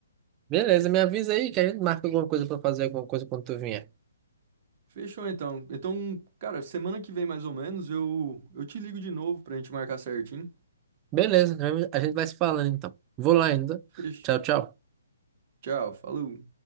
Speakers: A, on the right; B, on the right.
A: Beleza, me avisa aí que a gente marca alguma coisa pra fazer, alguma coisa quando tu vier.
B: Fechou então. Então, cara, semana que vem mais ou menos eu, eu te ligo de novo pra gente marcar certinho.
A: Beleza, a gente vai se falando então. Vou lá ainda.
B: Fechou.
A: Tchau, tchau.
B: Tchau, falou.